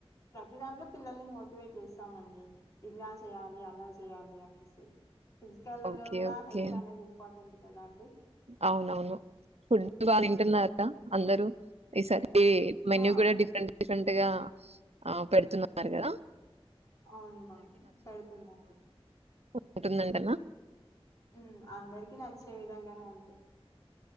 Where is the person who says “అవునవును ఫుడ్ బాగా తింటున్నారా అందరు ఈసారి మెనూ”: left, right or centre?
Right